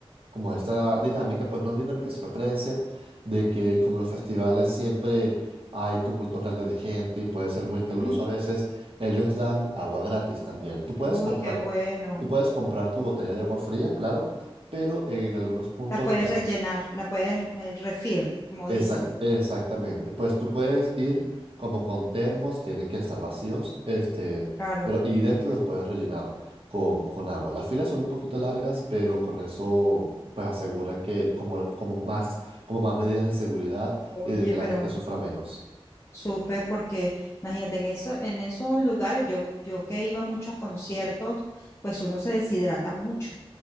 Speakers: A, on the right (about 65°); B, on the left (about 25°).
A: como esta dinámica, pues no dinámica, sino creencia de que como los festivales siempre hay tumultos grandes de gente y puede ser
B: Ujú.
A: muy caluroso a veces, ellos dan agua gratis también. Tú puedes
B: Uy,
A: comprar
B: qué bueno.
A: Tú puedes comprar tu botella de agua fría, claro, pero en algunos puntos
B: La puedes
A: dan
B: rellenar, la puedes me- refill, como
A: Exact-
B: dicen.
A: exactamente. Pues tú puedes ir como con termos, tienen que estar vacíos, este,
B: Claro.
A: pero y dentro los puedes rellenar con, con agua. Las filas son un poquito largas, pero con eso pues aseguran que el- como, como más, como más medidas de seguridad
B: Oye,
A: y de que
B: pero
A: la gente sufra menos.
B: Súper, porque imagínate, en eso, en esos lugares, yo, yo que iba mucho a conciertos, pues uno se deshidrata mucho.